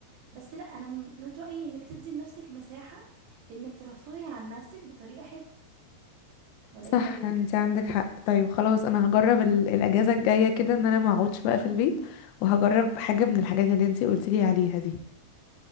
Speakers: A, on the right (about 85°); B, on the left (about 80°).
A: بس لا أنا من من رأيي إنك تدي لنفسك مساحة إنك ترفهي عن نفسك بطريقة حلوة
B: صح
A: ولا إيه رأيك؟
B: انتي عندك حق طيب خلاص انا هجرب ال... الاجازة الجاية كده ان انا ما اقعدش بقى في البيت وهجرب حاجة من الحاجات اللي انتي قلتيلي عليها دي